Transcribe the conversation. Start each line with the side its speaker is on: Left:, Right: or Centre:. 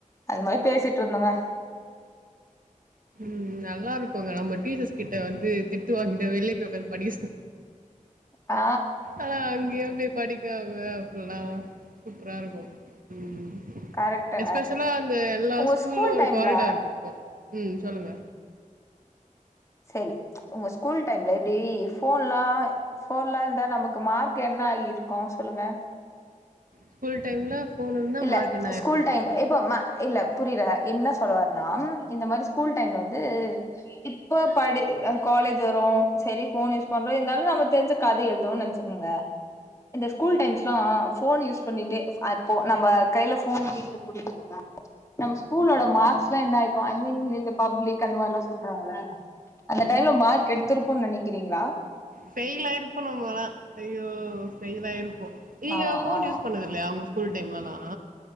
Left: அது மாரி பேசிட்ருந்தோங்க
Right: ம் நல்லா இருக்குங்க நம்ம டீச்சர்ஸ் கிட்ட வந்து திட்டு வாங்கிடு வெளிய போய் உக்காது படிக்க சொ
Left: ஆ
Right: ஆனா அங்கயு போய் படிக் காமா அப்பல்லா சூப்பரா இருக்கு ம்
Left: கரெக்ட்டுங்க.
Right: எஸ்பெஷலா அந்த எல்லா
Left: உங்க
Right: ஸ்கூல்லு
Left: ஸ்கூல்
Right: ஒரு
Left: டைம்ல
Right: காரிடார் இருக்கு ம் சொல்லுங்க
Left: சரி உங்க ஸ்கூல் டைம்ல இப்டி ஃபோன்லா ஃபோன்லா இருந்தா நமக்கு மார்க் என்ன ஆயிருக்கோ சொல்லுங்க
Right: ஸ்கூல் டைம்ல ஃபோன் இருந்தா
Left: இல்ல
Right: மார்க் என்ன ஆயிருக்குமா
Left: ஸ்கூல் டைம் இப்போ ம இல்ல புரிரா என்ன சொல்லவரனா இந்த மாரி ஸ்கூல் டைம்ல வந்து இப்ப படி அ காலேஜ் வரோ சரி ஃபோன் யூஸ் பண்றோ இருந்தாலோ நம்மகு தெரிஞ்ச கத எழுவோன் நன்ச் துங்க இந்த ஸ்கூல் டைம்ஸ்ல்லா ஃபோன் யூஸ் பண்ணிட்டே அ போ நம்ப கைய்ல ஃபோன் வீட்ல குடுத்துருந்தா நம் ஸ்கூலோட மார்க்ஸ்லா என்ன ஆய்கு ஐ மீன் இந்த பப்ளிக் அந்த மாரிலா சொல்றாங்கள அந்த டைம்ல மார்க் எட்துருப்போ நினைக்கிறீங்களா
Right: ஃபைல் ஆய்ருப்போ நம்மல்லா ஐயோ ஃபைல் ஆயிருப்போ நீங்க
Left: ஆ
Right: ஃபோன்
Left: ஆ
Right: யூஸ் பண்ணது இல்லயா உங்க ஸ்கூல் டைம்லல்லா